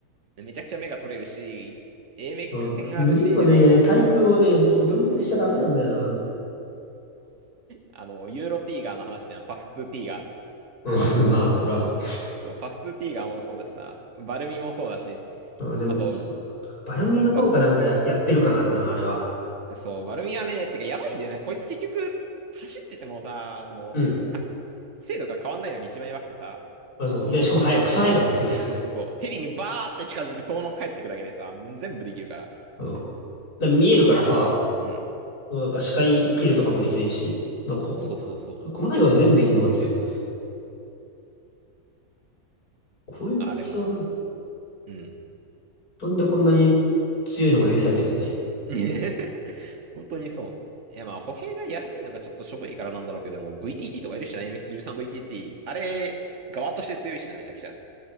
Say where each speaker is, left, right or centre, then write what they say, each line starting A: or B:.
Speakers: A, on the right (about 55°); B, on the left (about 80°).
A: めちゃくちゃ目が取れるし、AMX10RC
B: そう、メとね、
A: でも、
B: 対空をね、どう両立しちゃダメなんだよな。
A: あの、ユーロティーガーの話ではパフ2ティーガー。
B: うん、<laughs> まあ、それはそ
A: そうパフ2ティーガーもそうだしさ、バルミもそうだし、
B: う。あ、でも、
A: あと、
B: そう。バルミの方がなんかや、
A: ば
B: やってる感あるな、あれは。
A: でそう、丸みはね、てかやばいんだよね。こいつ結局、走っててもさ、その、
B: うん。
A: か精度が変わんないのに一番やばくてさ、
B: あ、そう。
A: その、
B: で、しかも早い、草早いからな、こいつ。
A: そうそうそう、ヘリにバーって近づいてそのまま帰ってくだけでさ、全部できるから。
B: <laughs> うん。で、見えるからさ、
A: うん。
B: なんか視界切るとかもできないし、なんかこう、
A: そうそうそう。
B: 細かいこと全部できるのが強い。こいつはなん、
A: あ、でも、うん。
B: なんでこんなに強いのが許されてるんだい
A: <laughs> 本当にそう。いやまあ、歩兵が安いのがちょっとしょぼいからなんだろうけど、でも VTT とかいるしな、MX13VTT。あれ、側として強いしな、めちゃくちゃ。